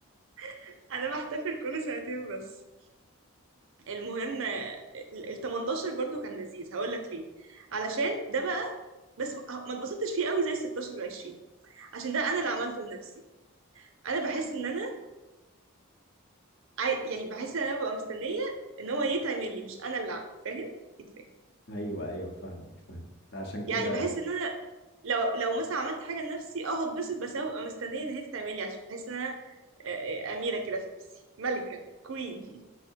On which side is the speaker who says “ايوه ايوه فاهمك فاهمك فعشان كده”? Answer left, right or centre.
Left